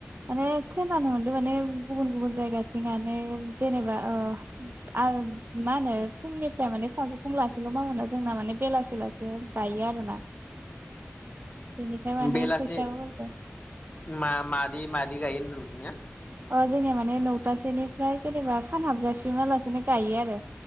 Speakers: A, on the right (about 50°); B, on the left (about 30°).
A: माने खोनानो मोनदों माने गुबुन गुबुन जायगाथिं माने जेनेबा मा होनो फुंनिफ्राय माने सानजौ फुंलासल मावो जोंना माने बेलासे लासे गायो आरो ना बेनिखाय माने
B: बेलासे
A: फैसायो हरबाय
B: मा मादि मादि गायो होनदों नोंसिना
A: अ जोंनिया माने नौथासेोनिफ्राय जेनेबा सान हाबजासिमालासिनो गायो आरो